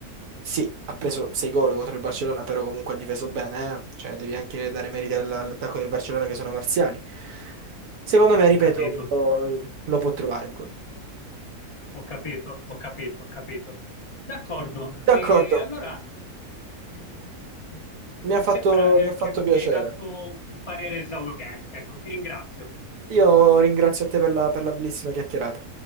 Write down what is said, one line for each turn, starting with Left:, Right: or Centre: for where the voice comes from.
Right: sì, ha preso 6 gol contro il Barcellona, però comunque ha difeso bene, eh. Cioè, devi anche dare meriti all- all'attacco del Barcellona che sono marziani. Secondo me, ripeto,
Left: Ho capito.
Right: lo può trovare il gol.
Left: Ho capito, ho capito, ho capito. D'accordo, e
Right: D'accordo,
Left: allora mh,
Right: mi ha
Left: mi
Right: fatto,
Left: sembra che,
Right: mi ha fatto
Left: che mi
Right: piacere.
Left: hai dato un parere esauriente, ecco, ti ringrazio.
Right: Io ringrazio a te per la, per la bellissima chiacchierata.